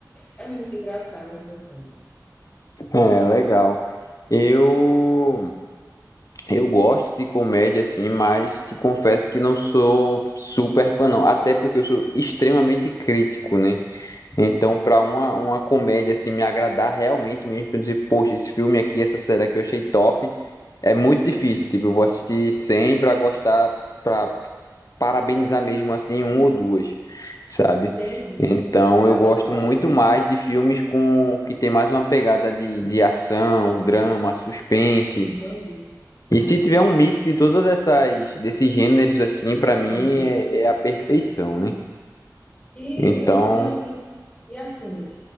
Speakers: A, on the left (about 15°); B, on the left (about 55°).
A: É muito engraçada essa cena.
B: É, legal. Eu, eu gosto de comédia, assim, mas te confesso que não sou super fã, não. Até porque eu sou extremamente crítico, né? Então, para uma, uma comédia, assim, me agradar realmente mesmo, pra eu dizer, poxa, esse filme aqui, essa série que eu achei top, é muito difícil. Tipo, eu vou assistir 100 pra gostar, pra, parabenizar mesmo assim um ou duas, sabe?
A: Entendi.
B: Então
A: Também
B: eu gosto
A: sou assim.
B: muito mais de filmes com que tem mais uma pegada de, de ação, drama, suspense.
A: Entendi,
B: E se tiver um mix de todas essas desses gêneros assim, pra
A: entendi.
B: mim é, é a perfeição, né?
A: E
B: Então,
A: eu, e eu, e, e assim, Lucas,